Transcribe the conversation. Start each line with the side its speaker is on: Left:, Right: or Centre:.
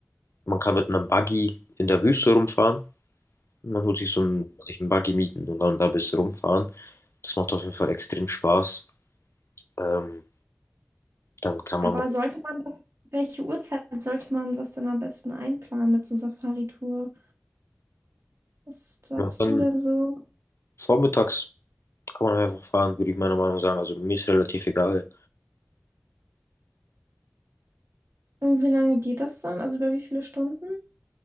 Left: man kann mit einem Buggy in der Wüste rumfahren. Man holt sich so einen, sich einen Buggy mieten und dann da ein bisschen rumfahren. Das macht auf jeden Fall extrem Spaß. Ähm, dann kann
Right: Aber
Left: man,
Right: sollte man das, welche Uhrzeit sollte man das denn am besten einplanen mit so Safari-Tour? Was sagst
Left: dann
Right: du denn so?
Left: vormittags. Kann man einfach fahren, würde ich meiner Meinung sagen. Also mir ist relativ egal.
Right: Und wie lange geht das dann? Also über wie viele Stunden?